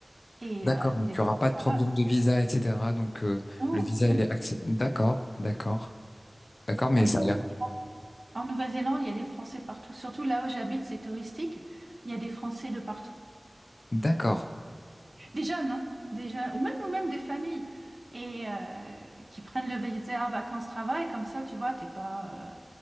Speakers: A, on the right; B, on the left.
A: et
B: d'accord.
A: euh,
B: Donc,
A: t'es-
B: il n'y aura pas de
A: voilà,
B: problème de visa, etc. Donc, euh,
A: non,
B: le visa,
A: non.
B: il est accès. D'accord, d'accord, d'accord. Mais
A: Il y a beaucoup
B: ça a l'air.
A: de... En Nouvelle-Zélande, il y a des Français partout. Surtout là où j'habite, c'est touristique. Il y a des Français de partout.
B: D'accord.
A: Des jeunes, hein, des jeunes, ou même, ou même des familles. Et euh, qui prennent le visa vacances-travail. Comme ça, tu vois, t'es pas, euh,